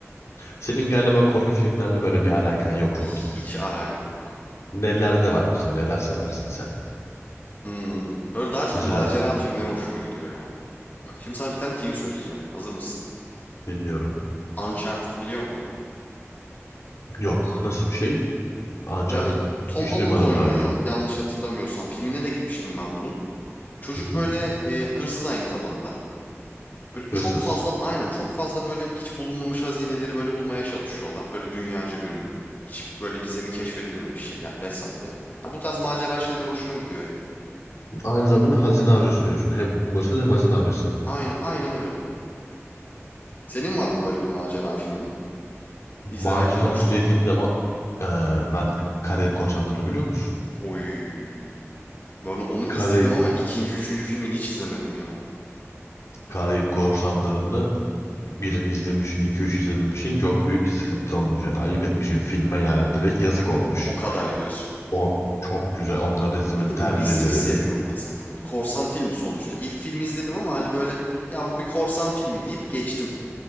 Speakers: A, on the left; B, on the left.
A: Senin galiba korku filmlerle böyle bir alakan yok çok
B: hiç
A: gibi.
B: alakam yok.
A: Nelerde var mesela? Neler seversin sen?
B: Hmm, böyle daha çok
A: Mesela
B: macera filmleri hoşuma gidiyor ya. Şimdi sana bir tane film söyleyeceğim. Hazır mısın?
A: dinliyorum.
B: Uncharted biliyor musun?
A: Yok. Nasıl bir şey? Uncharted
B: Ya, Tom
A: hiç
B: Holland
A: duymadım
B: oynuyor
A: daha önce.
B: yanlış hatırlamıyorsam. Filmine de gitmiştim ben bunun. Çocuk
A: Hı hı.
B: böyle e, hırsız aynı zamanda. Böyle
A: Hırsız.
B: çok fazla aynen çok fazla böyle hiç bulunmamış hazineleri böyle bulmaya çalışıyorlar. Böyle dünyaca ünlü. Hiç böyle gizemi keşfedilmemiş şeyler vesaire. Ha, bu tarz macera şeyler hoşuma gidiyor yani.
A: Aynı zamanda hazine avcısı diyorsun. Hem hırsız hem hazine avcısı.
B: Aynen, aynen öyle. Senin var mı böyle bir macera filmin?
A: Macera
B: İzlemekten hoşlandığın?
A: dediğin zaman eee, ben Karayip Korsanları'nı biliyor musun?
B: Oy. Böyle onu
A: Karayip,
B: izledim ama ikinci, üçüncü filmini hiç izlemedim ya.
A: Karayip Korsanları'nı birini izlemişsin, iki üç izlememişsin çok büyük sıkıntı olmuş. Yani ayıp etmişsin filme yani direkt yazık olmuş.
B: O kadar diyorsun.
A: O çok güzel. Onları da izlemeni
B: Peki
A: tercih
B: nesini
A: ederim.
B: seviyorsun mesela? Hani korsan filmi sonuçta. İlk filmi izledim ama hani böyle ya bu bir korsan filmi deyip geçtim.